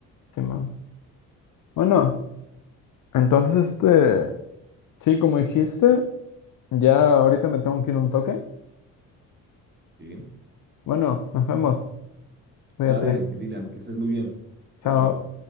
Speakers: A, on the left; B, on the right.
A: sí, man. Bueno, entonces, este, sí, como dijiste, ya ahorita me tengo que ir un toque.
B: Sí.
A: Bueno, nos vemos. Cuídate.
B: Dale, Dylan, que estés muy bien.
A: Chao.
B: Chao, chao.